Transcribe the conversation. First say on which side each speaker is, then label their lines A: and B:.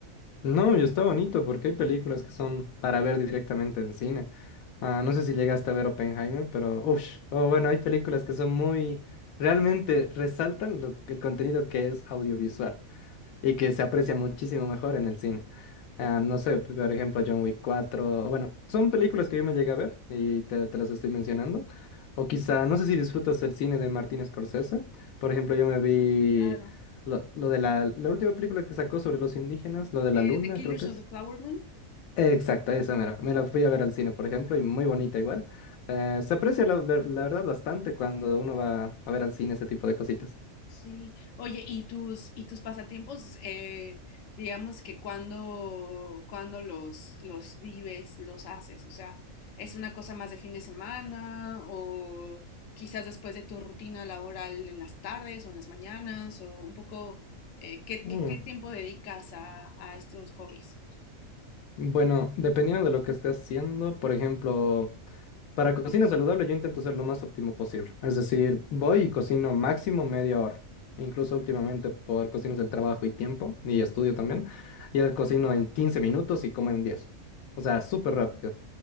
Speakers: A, on the left; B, on the left.
A: No, y está bonito porque hay películas que son para ver directamente en cine. Ah, no sé si llegaste a ver Oppenheimer, pero uff, o bueno, hay películas que son muy, realmente resaltan lo- el contenido que es audiovisual. y que se aprecia muchísimo mejor en el cine. Ah, no sé, por ejemplo, John Wick 4, bueno, son películas que yo me llegué a ver y te, te las estoy mencionando. O quizá, no sé si disfrutas el cine de Martin Scorsese. Por ejemplo, yo me vi
B: Sí, claro.
A: lo, lo de la, la última película que sacó sobre los indígenas, lo de la
B: Eh,
A: luna,
B: the Killers
A: creo que
B: of
A: es.
B: the Flower Moon
A: Exacto, esa mera. Me la fui a ver al cine, por ejemplo, y muy bonita igual. Eh, se aprecia la, ver- la verdad bastante cuando uno va a ver al cine ese tipo de cositas.
B: Sí. Oye, ¿y tus y tus pasatiempos, eh, digamos que cuando, cuando los, los vives, los haces? O sea, ¿es una cosa más de fin de semana o quizás después de tu rutina laboral en las tardes o en las mañanas o un poco, eh, ¿qué,
A: Mm.
B: qué- qué tiempo dedicas a, a estos hobbies?
A: Bueno, dependiendo de lo que esté haciendo, por ejemplo, para cocina saludable yo intento ser lo más óptimo posible. Es decir, voy y cocino máximo media hora. Incluso últimamente por cuestiones del trabajo y tiempo, y estudio también, ya cocino en 15 minutos y como en 10. O sea, súper rápido.